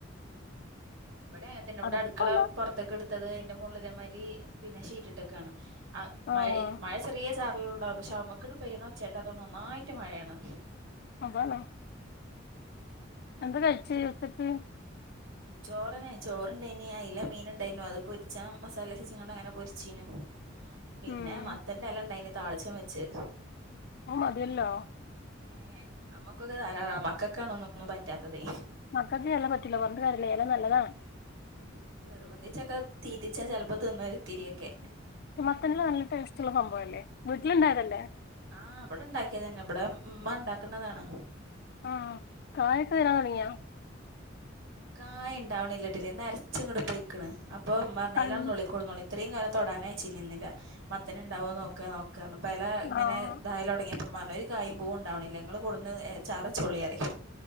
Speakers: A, on the right; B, on the left.
A: ആഹ് വെടിം അങ്ങൻ തന്നെ. വടെ
B: അകത്ത്ക്ക്
A: അട്ക്കള
B: വന്നാ
A: പൊറ..... ത്ത്ക്ക് ഇട്ത്തത് അയിന്റെ അയിൻ്റെ മോള്ള് തേമായിരി പിന്നെ ഷീറ്റ്ട്ട് ക്കാണ്. അഹ്
B: ആഹ്
A: മഴ മഴവെറ് റ്യേ ചാർല് ള്ളവും. പക്ഷെ അമ്മക്ക് ട് പെയ്യ്ണെ ഒച്ചേട്ടാ തോന്നും ഒന്നായിട്ട് മഴേണ്.
B: അതാണ്. എന്താ കഴിച്ച് ഉച്ചക്ക്?
A: ചോറെന്നെ. ചോറ്ണ്ടേനി, അയില മീന് ണ്ടേനു അത് പൊര്ച്ചാം മസാലേച്ചിച്ചിങാണ്ട് അങനെ പൊര്ച്ചീനു. പിന്നെ
B: ഉം
A: മത്തന്റെ എലണ്ടായിനി താളിച്ചും വെച്ച്.
B: അത് മതിയല്ലൊ.
A: ഏഹ് അമ്മക്കൊക്കെ ധാരാളാ. മക്കക്കാണ് ഒന്നും, ഒന്നും പറ്റാത്തത്.
B: മക്കക്ക് എല പറ്റൂല. പറഞ്ഞിട്ട് കാര്യല്ല എല നല്ലതാണ്
A: ഉം. നിർബന്ധിച്ചൊക്കെ തീറ്റിച്ചാ ചെൽപ്പൊ തിന്നും ഒരിത്തിരിയൊക്കെ.
B: ഈ മത്തൻ്റെ എല നല്ല ടേസ്റ്റ്ള്ള സംഭവല്ലെ. വീട്ട്‌ല്ണ്ടായതല്ലെ.
A: ആഹ് ബെടെ ണ്ടാക്കിയതെന്നെ. ബെടെ മ്മ ണ്ടാക്ക്ണതാണ്.
B: ആഹ് കായൊക്കെ വെരാൻ തൊടങ്ങിയൊ?
A: കായണ്ടാവ്ണില്ല്യട്ലെ. നെരച്ച് ങ്ങൊട്ട് പൊയ്ക്ക്ണ്. അപ്പൊ മ്മർഞ്ഞ്
B: കൺ
A: എല നുള്ളിക്കോളി. നുള്ളി ത്രിം കാലം തൊടാനയച്ചില്ലിന്നില്ല. മത്തന്ണ്ടാവോ നോക്കാ നോക്കാഞ്ഞ്. പ്പ എല ങ്ങനെ
B: ആഹ്
A: തായൊലെട്ങ്ങി യ.... പ്പം മ്മാർഞ്ഞ് ഒര് കായും, പൂവും ണ്ടാവ് ണ്ല്ല്യ. ങ്ങെള് കൊട്ന്ന് ഏഹ് ചാറെ ച്ചോളി റിയും.